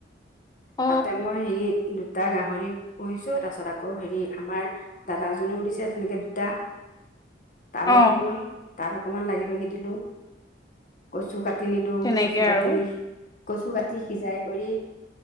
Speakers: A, on the left; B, on the left.
A: অ
B: তাতে মই হেৰি দুটা গাহৰি পুহিছো তাৰ পিছত আকৌ হেৰি আমাৰ দাদাজনেও দিছে তেনেকে দুটা। তালো
A: অ
B: বলো তাত অকমান লাগি ভাগি দিলো কচু কাট কাটি নিদু,
A: তেনেকে
B: কচু কাটি
A: আৰু
B: নি, কচু কাটি টি সিজাই কৰি